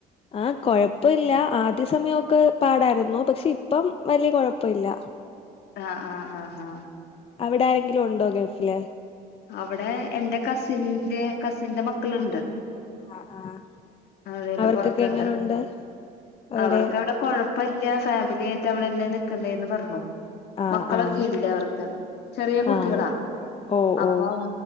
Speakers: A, on the left; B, on the left.
A: ആഹ് കൊഴപ്പില്ല ആദ്യ സമയോക്കെ പാടായിരുന്നു പക്ഷെ ഇപ്പം വല്ല്യ കൊഴപ്പ ഇല്ല <inaudible>
B: ആഹ് ആഹ് ആഹ് ആഹ്
A: അവിടെ ആരെങ്കിലും ഉണ്ടോ ഗൾഫില്?
B: അവടെ എന്റെ കസിന്റെ കസിന്റെ മക്കള്ണ്ട്
A: ആഹ് ആഹ്
B: <unintelligible>
A: അവർക്കൊക്കെ
B: പൊറത്ത്ണ്ട്
A: എങ്ങനുണ്ട് അവിടെ
B: അവർക്കവിടെ കൊഴപ്പല്ല്യ ഫാമിലി ആയിട്ട് അവിടെന്നെ നിക്കുന്നേന്ന് പറഞ്ഞു
A: ആഹ്
B: മക്കളൊക്കെ
A: ആഹ്
B: ഇല്ല അവർക്ക് ചെറിയ കുട്ടികളാ.
A: ആഹ് ഓഹ്
B: അപ്പം
A: ഓഹ്